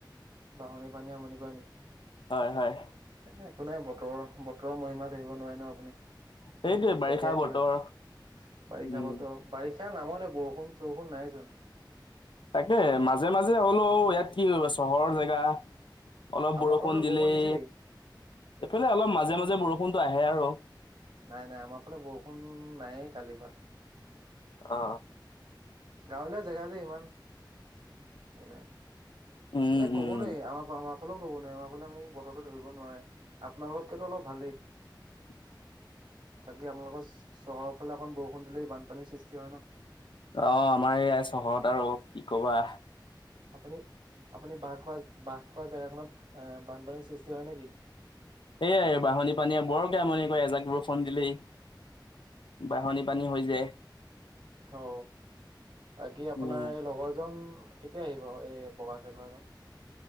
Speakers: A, on the right; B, on the left.
A: বাহনি পানীয়ে আমনি কৰে নেকি?
B: হয়, হয়।
A: এই, একো নাই বতৰৰ, বতৰৰ মহিমা ধৰিব নোৱাৰে ন, আপুনি
B: সেইটোৱে বাৰিষা
A: কেতিয়া
B: বতৰ
A: কি হয়, বাৰিষা
B: উম
A: বতৰ। বাৰিষাৰ নামতহে, বৰষুণ-চৰষুণ নাই চোন।
B: তাকে মাজে মাজে হ'লোও, ইয়াত কি চহৰৰ জেগা। অলপ
A: আপোনালোকৰ
B: বৰষুণ
A: ফালে
B: দিলেই,
A: দিছে নেকি?
B: এইফালে অলপ মাজে মাজে বৰষুণটো আহে আৰু।
A: নাই, নাই আমাৰ ফালে বৰষুণ নাইয়ে কালিৰ পৰা।
B: অ,
A: গাঁৱলীয়া জেগা যে ইমান। হয়, নাই
B: উম
A: মানে
B: উম
A: কব নোৱাৰি আমাৰ আমাৰ ফালেও ক'ব নোৱাৰ আমাৰালে, মানে কি বতৰো ধৰিব নোৱাৰে আপোনালোকত কেও অলপ ভালেই।
B: <inaudible>
A: বাকী আপোনালোকৰ চহৰৰ ফালে অকণ বৰষুণ দিলেই বানপানীৰ সৃষ্টি হয় ন?
B: অ আমাৰ এইয়া চহৰত আৰু কি কবা।
A: আপুনি আপুনি বাহ খোৱা, বাহ কৰা জেগা খনত অ বানপানীৰ সৃষ্টি হয় নেকি?
B: এয়াই বাঁহননি পানীয়ে বৰকে আমনি কৰে এজাক বৰষুণ দিলেই। বাৰণি পানী হৈ যে।
A: হ বাকী আপোনাৰ
B: উম
A: এই লগৰজন কেতিয়া আহিব? এই বগা কে ল'ৰা জন?